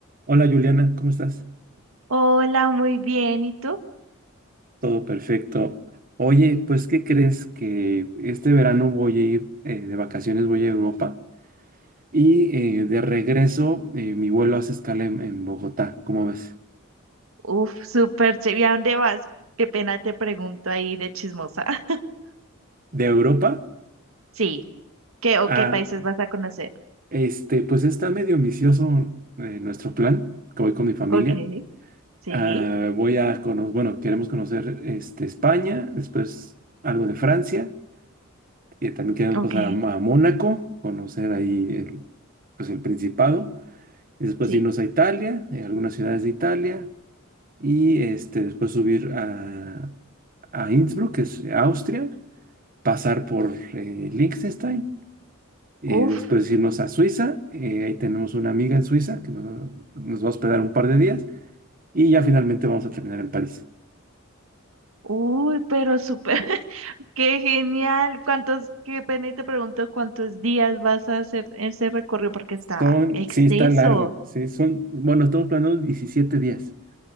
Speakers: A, on the right; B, on the right.
A: Hola Juliana, ¿cómo estás?
B: Hola, muy bien. ¿Y tú?
A: Todo perfecto. Oye, pues ¿qué crees que este verano voy a ir eh, de vacaciones, voy a Europa y eh, de regreso eh, mi vuelo hace escala en, en Bogotá, ¿cómo ves?
B: Uf, súper chévere. ¿Y a dónde vas? Qué pena te pregunto ahí de chismosa. <laughs>
A: De Europa
B: Sí. ¿Qué o
A: a,
B: qué países vas a conocer?
A: este, pues está medio ambicioso eh, nuestro plan, que voy con mi familia.
B: Ok. Sí.
A: Ah, voy a conocer, bueno, queremos conocer este, España, después algo de Francia, y también queremos
B: Ok.
A: pasar a, a Mónaco, conocer ahí el, pues el Principado. y después
B: Sí.
A: irnos a Italia, eh, algunas ciudades de Italia, y este, después subir a, a Innsbruck, que es eh, Austria, pasar por eh, Liechtenstein, eh,
B: Uf,
A: después irnos a Suiza, eh, ahí tenemos una amiga en Suiza que nos, nos va a hospedar un par de días, y ya finalmente vamos a terminar en París.
B: uy, pero súper. <laughs> Qué genial. ¿Cuántos, qué pena y te pregunto cuántos días vas a hacer ese recorrido porque está
A: Son,
B: extenso.
A: sí, está largo, sí, son, bueno, estamos planeando 17 días.